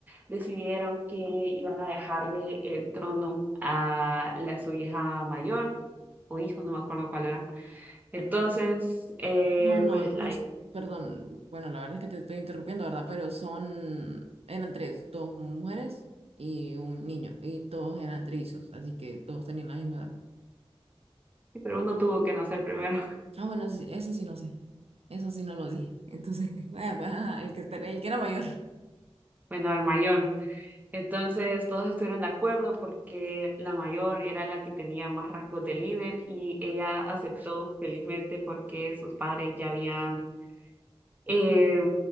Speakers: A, on the right; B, on the right.
A: decidieron que iban a dejarle el trono a la, su hija mayor, o hijo, no me acuerdo cuál era. Entonces, eh,
B: No, no, los,
A: la-
B: perdón, bueno, la verdad es que te estoy interrumpiendo, ¿verdad? Pero son, eran tres, dos mujeres y un niño, y todos eran trillizos, así que todos tenían la misma edad.
A: <laughs> pero uno tuvo que nacer primero, <laughs>
B: Ah, bueno, sí, eso sí no sé. Eso sí no lo dije. Entonces, <laughs> vaya, pues, ajá, el que, está- el que era mayor.
A: bueno, al mayor. Entonces, todos estuvieron de acuerdo porque la mayor era la que tenía más rasgos de líder y ella aceptó felizmente porque sus padres ya habían eh,